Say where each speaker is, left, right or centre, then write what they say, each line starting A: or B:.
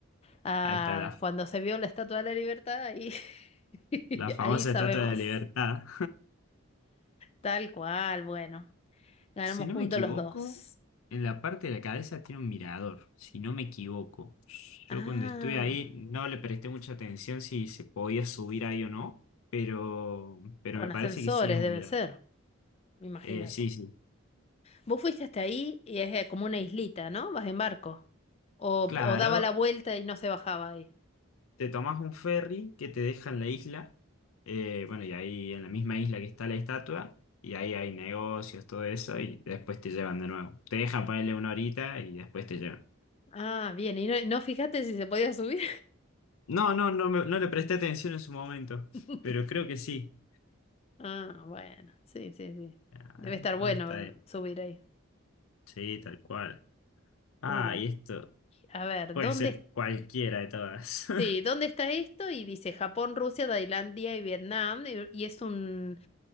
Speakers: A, on the left (about 30°); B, on the left (about 85°).
A: Ah,
B: ahí está la,
A: cuando se vio la Estatua de la Libertad, ahí, <laughs>
B: la famosa
A: ahí sabemos.
B: Estatua de la Libertad.
A: Tal cual, bueno. Ganamos
B: Si no
A: puntos
B: me equivoco,
A: los dos.
B: en la parte de la cabeza tiene un mirador, si no me equivoco. Yo
A: Ah,
B: cuando estuve ahí no le presté mucha atención si se podía subir ahí o no, pero, pero
A: con
B: me parece
A: ascensores
B: que sí es un
A: debe
B: mirador.
A: ser, imagínate.
B: Eh, sí, sí.
A: Vos fuiste hasta ahí y es eh, como una islita, ¿no? Vas en barco. O,
B: Claro,
A: o daba la vuelta y no se bajaba ahí.
B: te tomas un ferry que te deja en la isla, eh, bueno, y ahí en la misma isla que está la estatua, y ahí hay negocios, todo eso, y después te llevan de nuevo. Te dejan ponerle una horita y después te llevan.
A: Ah, bien, y no, no fijaste si se podía subir.
B: No, no, no, me- no le presté atención en su momento,
A: <laughs>
B: pero creo que sí.
A: Ah, bueno, sí, sí, sí.
B: Ah,
A: Debe estar
B: ¿dónde
A: bueno
B: está él?
A: eh, subir ahí.
B: Sí, tal cual. Ah,
A: Uh,
B: y esto
A: a ver,
B: puede
A: ¿dónde,
B: ser
A: es-
B: cualquiera de todas. <laughs>
A: sí, ¿dónde está esto? Y dice Japón, Rusia, Tailandia y Vietnam. Y, y es un,